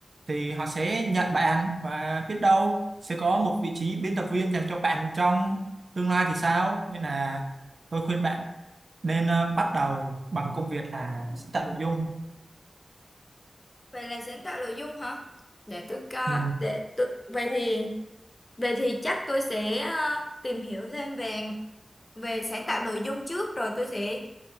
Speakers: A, on the right; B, on the left.
A: thì họ sẽ nhận bạn và biết đâu sẽ có một vị trí biên tập viên dành cho bạn trong tương lai thì sao nên là tôi khuyên bạn nên ờ, bắt đầu bằng công việc là sáng tạo nội dung
B: Vậy là sáng tạo nội dung hả? Để tôi coi,
A: ừ.
B: để tôi... Vậy thì vậy thì chắc tôi sẽ ờ, tìm hiểu thêm về về sáng tạo nội dung trước rồi tôi sẽ